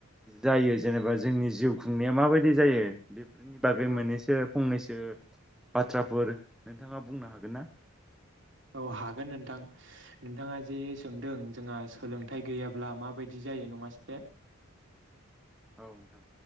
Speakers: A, in the centre; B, on the right.
A: जायो जेनेबा जोंनि जिउ खुंनाया माबायदि जायो? बागै
B: औ
A: मोननैसो फंनैसो बाथ्राफोर नोंथाङा बुंनो हागोन ना?
B: औ हागोन नोंथां नोंथाङा जे सोंदों जोंहा सोलोंथाइ गैयाब्ला माबायदि जायो नङासे
A: औ नोंथां